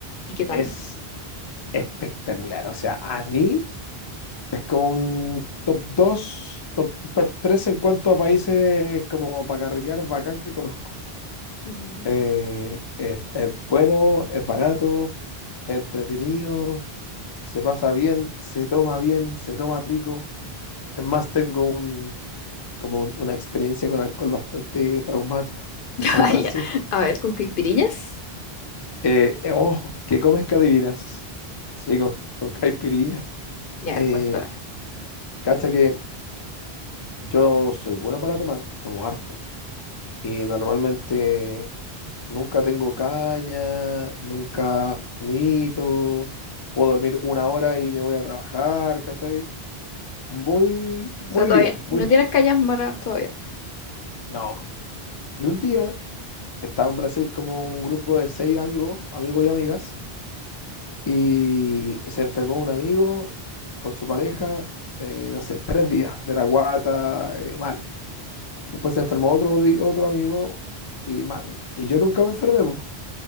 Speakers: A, on the left; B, on the left.
A: ¿Y qué tal?
B: Es espectacular. O sea, a mí es como un top 2, top, top 3 en cuanto a países como para carretear bacán que conozco.
A: Mm.
B: Eh,
A: <laughs>
B: es, es bueno, es barato, es entretenido, se pasa bien, se toma bien, se toma rico. Es más, tengo un, como un- una experiencia con alcohol bastante traumática en
A: Ah,
B: Brasil.
A: ya. A ver, ¿con caipirinhas?
B: Eh, eh, oh, ¿qué comes que adivinas? Sí, con, con caipirinha.
A: Ya,
B: Eh,
A: a ver, cuéntame. O
B: cacha que yo soy bueno para tomar, tomo harto. Y normalmente nunca tengo caña, nunca vomito, puedo dormir una hora y me voy a trabajar, ¿cachai? Muy, muy
A: sea, todavía
B: bien, muy
A: no
B: chido.
A: tienes calles malas todavía.
B: No. Y un día estaba en Brasil como un grupo de seis amigos, amigos y amigas Y se enfermó un amigo con su pareja, eh, no sé, tres días de la guata, eh, mal. Después se enfermó otro, di- otro amigo y mal. Y yo nunca me enfermé, po.